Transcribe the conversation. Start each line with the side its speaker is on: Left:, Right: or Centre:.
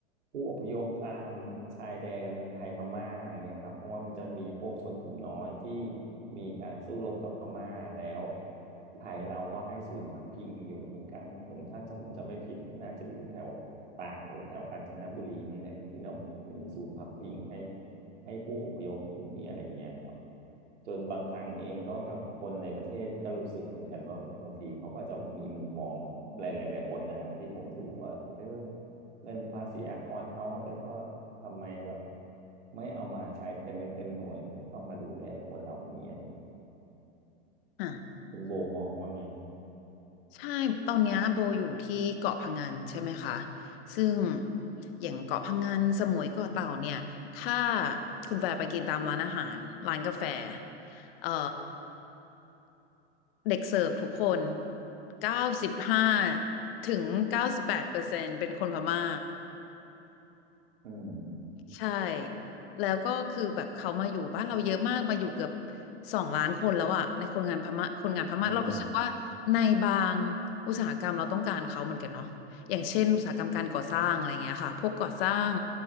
Right: ผู้อพยพตามชายแดนไทยพม่าอย่างเงี้ยครับเพราะว่ามันจะมีพวกชนกลุ่มน้อยที่มีการสู้รบกับพม่าแล้วไทยเราก็ให้ศูนย์พักพิงอยู่เหมือนกันผมถ้าจำผมจะไม่ผิดน่าจะอยู่แถวตากหรือแถวกาญจนบุรีนี่แหละที่เรามีศูนย์พักพิงให้ ให้ผู้อพยพตรงนี้อะไรเงี้ยครับจนบางครั้งเองก็แบบคนในประเทศก็รู้สึกเหมือนกันว่าแบบบางทีเขาก็จะมีมุมมองหลายๆหลายคนนะฮะที่ผมดูว่าเออเงินภาษีอากรเขาแต่ก็ทำไมแบบไม่เอามาใช้เต็มเม็ดเต็มหน่วยแตต้องมาดูแลคนเหล่านี้อะไรอย่างเงี้ย
Left: อ่ะ
Right: คุณโบมองว่าไงฮะ
Left: ใช่ตอนเนี้ยโบอยู่ที่เกาะพังงันใช่ไหมคะซึ่งอย่างเกาะพังงันสมุยเกาะเต่าเนี่ยถ้าคุณแฟร์ไปกินตามร้านอาหารร้านกาแฟเอ่อเด็กเสิร์ฟทุกคนเก้าสิบห้าถึงเก้าสิบแปดเปอร์เซ็นต์เป็นคนพม่า
Right: อืม
Left: ใช่แล้วก็คือแบบเขามาอยู่บ้านเราเยอะมากมาอยู่เกือบสองล้านคนแล้วอะในคนงานพม่าคนงานพม่าเรารู้สึกว่าในบาง
Right: อืม
Left: อุตสาหกรรมเราต้องการเขาเหมือนกันเนาะอย่างเช่นอุตสาหกรรมการก่อสร้างอะไรเงี้ยค่ะพวกก่อสร้าง